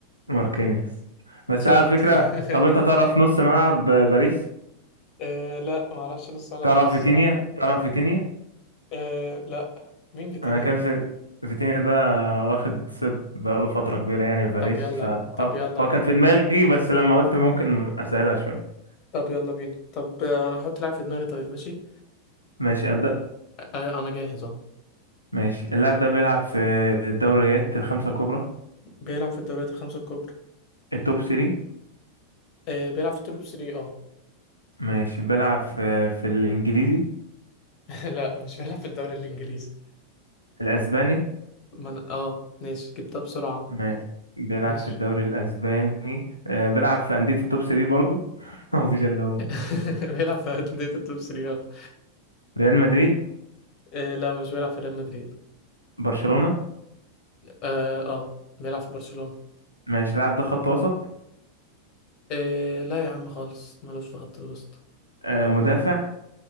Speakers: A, on the left (about 85°); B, on the left (about 40°).
A: ماركينيوس بس
B: شفت
A: على فكرة
B: <laughs>
A: طب أنت تعرف نص ملعب باريس؟
B: آه لا ما اعرفش نص ملعب
A: تعرف
B: باريس
A: فيتينيا؟
B: الصراحه
A: تعرف فيتينيا؟
B: آه لا مين فيتينيا
A: أنا كان
B: ده
A: في فيتينيا ده واخد ست بقاله فترة كبيرة يعني في باريس
B: طب يلا
A: ف
B: يا عم طب
A: آه،
B: يلا يا
A: هو
B: عم
A: كان في دماغي بس لما قلت ممكن أسهلها شوية
B: طب يلا بينا طب آه، انا هحط لاعب في دماغي طيب ماشي
A: ماشي أبدأ
B: آه آه، انا جاهز اهو
A: ماشي اللاعب ده بيلعب في الدوريات الخمسة الكبرى
B: بيلعب في الدوريات الخمسه الكبرى
A: التوب 3
B: آه بيلعب في التوب 3 اه
A: ماشي بيلعب في في الإنجليزي
B: <laughs> لا مش بيلعب في الدوري الانجليزي
A: الأسباني
B: ما انا اه ماشي جبتها بسرعة
A: ماشي بيلعب
B: ماشي
A: في الدوري الأسباني آه، بيلعب في أندية التوب 3 برضو <laughs> هو مفيش إلا هم
B: <laughs> بيلعب في أندية التوب 3 اه
A: ريال مدريد
B: آه، لا مش بيلعب في ريال مدريد
A: برشلونة
B: اه اه بيلعب في برشلونة
A: ماشي اللاعب ده خط وسط
B: آه لا يا عم خالص ملوش في خط الوسط
A: آه، مدافع